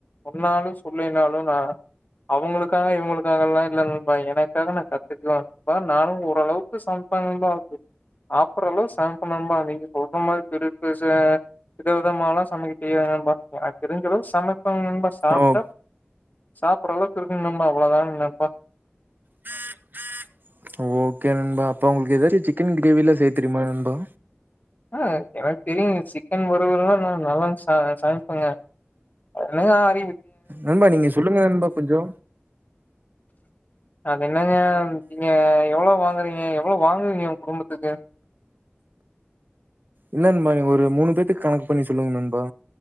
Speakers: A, on the left; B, on the right.
A: சொன்னாலு சொல்லைனாலு நா அவுங்களுக்காக இவுங்களுக்காக எல்லா இல்ல நண்பா எனக்காக நா கத்துக்குவே நண்பா நானு ஓரளவுக்கு ச மப்ப நண்பா <unintelligible> சாப்பறளவு சமைப்பே நண்பா நீங்க சொல்ற மாரி பெருசு பெருசா வித விதமால்லா சமைக்க தெரியாது நண்பா அ தெரிஞ்சளவுக்கு சமைப்பங் நண்பா சாப்ட்டா
B: ஓ
A: சாப்பிடற அளவுக்கு இருக்குங் நண்பா அவ்ளவுதானுங் நண்பா
B: ம் <unintelligible> ஓகே நண்பா அப்ப உங்களுக்கு எதாரி சிக்கன் கிரேவி எல்லா செய்ய தெரியுமா நண்பா
A: ஆ எனக்கு தெரியுங்க சிக்கன் வருவல் எல்லா நா நல்லா சம சமைப்பங்க என்னங்க ஆரி
B: நண்பா நீங்க சொல்லுங்க நண்பா கொஞ்சோ
A: அது என்னங்க நீங்க எவ்வளவு வாங்கறீங்க எவ்வளவு வாங்குவீங்க உங்க குடும்பத்துக்கு
B: இல்ல நண்பா எ ஒரு மூணு பேத்துக்கு கணக்கு பண்ணி சொல்லுங்க நண்பா